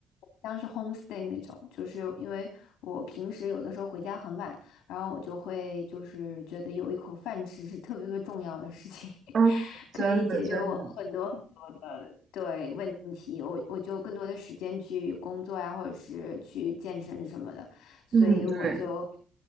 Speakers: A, on the left; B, on the right.
A: 像是 homestay 那种，就是因为我平时有的时候回家很晚，然后我就会就是觉得有一口饭吃是特别特别重要的事情，<laughs>
B: 嗯，真的，
A: 可以解决我很多很多的对问题，
B: 真的，
A: 我我就更多的时间去工作呀，或者是去健身什么的，所以我就
B: 嗯，对，